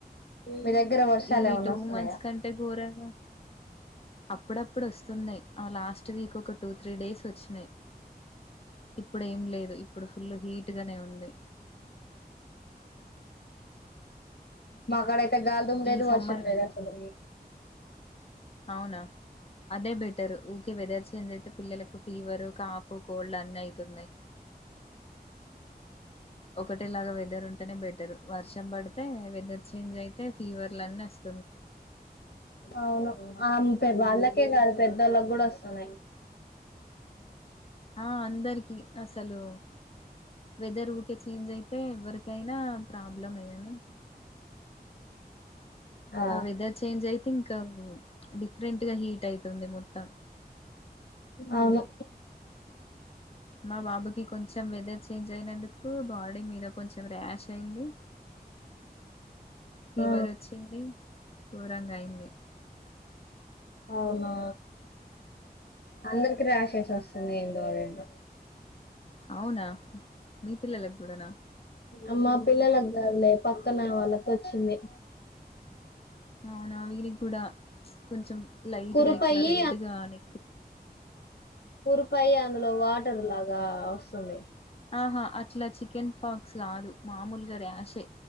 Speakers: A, on the left; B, on the left.
A: మీ దగ్గర వర్షాలు
B: ఈ
A: ఏమన్నా
B: టూ
A: వస్తున్నాయా
B: మంత్స్ కంటే గోరంగా అప్పుడప్పుడు వస్తున్నాయి్ ఆ లాస్ట్ వీక్ ఒక టూ త్రీ డేస్ వచ్చినాయి ఇప్పుడ ఏం లేదు ఇప్పుడు ఫుల్ హీట్ గానే ఉంది
A: మాక్కడ తే గాల దుమ లేదు
B: ఈ సమ్మర్
A: వర్షం లేదు అసలు
B: అవునా అదే బెటర్ ఊరికే వెదర్ చేంజ్ అయితే పిల్లలకు ఫీవరు కాఫ్ కోల్డ్ అన్ని అయి తిన్నయి ఒకటేలాగా వెదర్ ఉంటేనే బెటర్ వర్షం పడితే వెదర్ చేంజ్ అయితే ఫీవర్లు అన్నిీ వస్తాయి
A: అవును ఆమె పేరు వాళ్ళకే కాదు పెద్దళ్ళకి కూడా వస్తున్నాయి
B: ఆ అందరికి అసలు వెదర్ ఊరికే చేంజ్ అయితే ఎవరి ఇకైనా ప్రాబ్లం ఏదని
A: హా
B: ఆ వెదర్ చేంజ్ అయితే ఇంకా డిఫరెంట్ గా హీట్ అయితుంది మొత్తం
A: అవును
B: మా బాబుకి కొంచెం వెదర్ చేంజ్ అయినందుకు బాడీ మీద కొంచెం ర్యాష్ అయింది ఫీవర్
A: ఆ
B: వచ్చింది ూరంగా అయింది
A: అవునా అందరికి విశ్వసనే ఎంతో అరేండ
B: అవునా మీ పిల్లలకు కూడానా
A: అమ్మా పిల్లలగాలే పక్కన వాళ్ళకు వచ్చింది
B: అవునా విరి కూడా కొంచెం లైట్గా
A: కురుపయి
B: ఇట్లా రెడ్గా అని
A: కూరిపాయి అందులో వాటర్ లాగా వస్తుంది
B: ఆహా అట్లా చికెన్ ఫాక్స్ కాదు మామూలుగా ర్యాషే